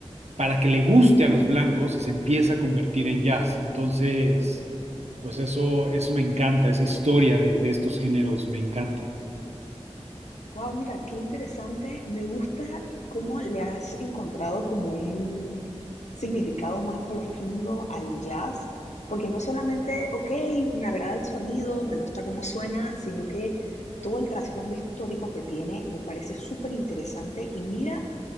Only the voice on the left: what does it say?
Wow, mira, qué interesante. Me gusta cómo le has encontrado como un significado más profundo al jazz, porque no solamente, ok, me agrada el sonido, me gusta cómo suena, sino que todo el trasfondo histórico que tiene me parece súper interesante. Y mira,